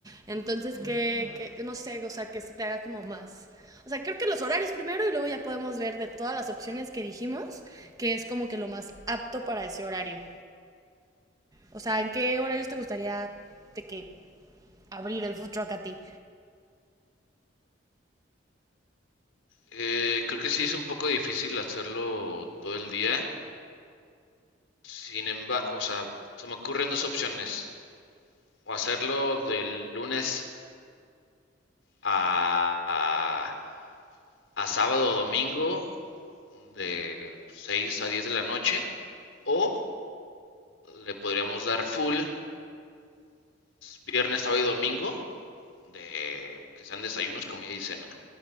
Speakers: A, on the right; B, on the left.
A: entonces que, que no sé, o sea, que se te haga como más. O sea, creo que los horarios primero y luego ya podemos ver de todas las opciones que dijimos, que es como que lo más apto para ese horario. O sea, ¿en qué horarios te gustaría de que abrir el food truck a ti?
B: Eh, creo que sí es un poco difícil hacerlo todo el día. Sin embargo, o sea, se me ocurren dos opciones. O hacerlo del lunes a, a sábado o domingo de seis a diez de la noche o le podríamos dar full viernes, sábado y domingo de que sean desayunos, comida y cena.